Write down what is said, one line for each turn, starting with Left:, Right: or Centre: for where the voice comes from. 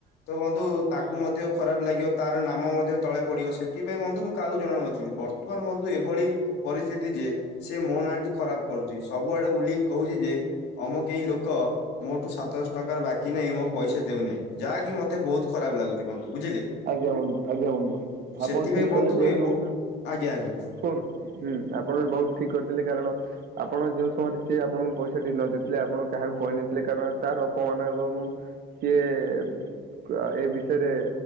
Left: ତ ବନ୍ଧୁ ତାକୁ ମଧ୍ୟ ଖରାପ ଲାଗିବ ତାର ନାମ ମଧ୍ୟ ତଳେ ପଡିବ ସେଥିପାଇଁ ବନ୍ଧୁ ମୁ କାହାକୁ ଜଣାଉନଥିଲି ବର୍ତ୍ତମାନ ବନ୍ଧୁ ଏଭଳି ପରିସ୍ଥିତି ଯେ ସେ ମୋ ନାଁଟି ଖରାପ କରୁଛି ସବୁଆଡେ ବୁଲିକି କହୁଛି ଯେ ଅମ କେହି ଲୋକ ମୋଠୁ ସାତଶହ ଟଙ୍କାର ବାକି ନାହିଁ ମୋ ପଇସା ଦେଉନାହିଁ ଯାହାକି ମୋତେ ବହୁତ ଖରାପ ଲାଗୁଛି ବନ୍ଧୁ ବୁଝିଲେ
Right: ଆଜ୍ଞା ବନ୍ଧୁ ଆଜ୍ଞା ବନ୍ଧୁ ଆପଣ
Left: ସେଥିପାଇଁ
Right: ଠିକ କଲେ
Left: ବନ୍ଧୁ
Right: ଯେହେତୁ
Left: ଏ ମୋ- ଆଜ୍ଞା ଆଜ୍ଞା।
Right: କୁନ ହୁଁ ଆପଣ ବହୁତ ଠିକ କରିଥିଲେ କାରଣ ଆପଣ ଯେଉ ସମୟରେ ସିଏ ଆପଣଙ୍କୁ ପଇସା ଟି ନ ଦେଇଥିଲେ ଆପଣ କାହାକୁ କହିନଥିଲେ କାରଣ ତାର ଅପମାନ ଏବଂ ବଂ କିଏ ତୁଆ ଏଇ ବିଷୟରେ